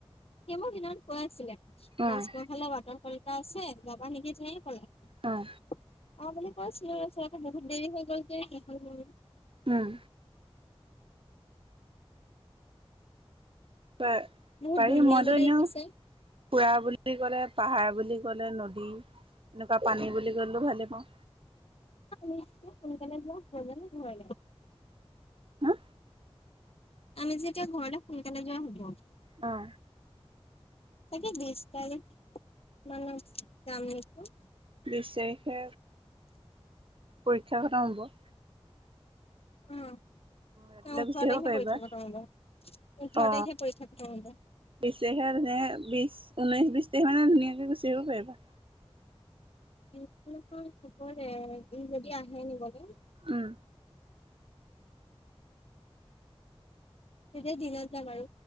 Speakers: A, on the left (about 70°); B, on the right (about 60°).
A: সি মোক সেইদিনাকৈ আছিলে লাষ্ট-
B: অ',
A: সেইফালে ৱাটাৰ ফল এটা আছে যাৱা নেকি তেনেকে ক'লে।
B: অঁ।
A: অঁ বুলি কৈছিলো তাৰপিছত বহুত দেৰি হৈ গ'ল যে শেষ হৈ গ'ল।
B: উম। প
A: বহুত
B: পাৰিম
A: ধুনীয়া
B: মইটো
A: বোলে
B: এনেও
A: ই কৈছে
B: ফুৰা বুলি- বুলি ক'লে পাহাৰ বুলি ক'লে নদী, এনেকুৱা পানী বুলি ক'লেও ভালেই পাওঁ।
A: নিশ্চয় সোনকালে যোৱা হয়গে ন ঘৰলে।
B: হা
A: আমি যেতিয়া ঘৰ সোনকালে যোৱা হব।
B: অঁ।
A: তাকে বিশ তাৰিখ মানে যাম নেকি।
B: বিশ তাৰিখে পৰীক্ষা খতম হ'ব।
A: উম,
B: ৰাতিলৈ
A: ন ওঠৰ
B: গুচি আহিব
A: তাৰখে
B: পাৰিবা
A: পৰীক্ষা খতম হব, ওঠৰ
B: অ
A: তাৰখে পৰীক্ষা খতম হব।
B: বিশ তাৰিখে ধুনীয়াকে বিশ, ঊনৈছ- বিশ তাৰিখ মানে ধুনীয়াকৈ গুচি আহিব পাৰিবা।
A: ইটো মাহৰ শেষলে ই যদি আহে নিবলে-
B: উম।
A: তেতিয়া দিনত যাম আৰু।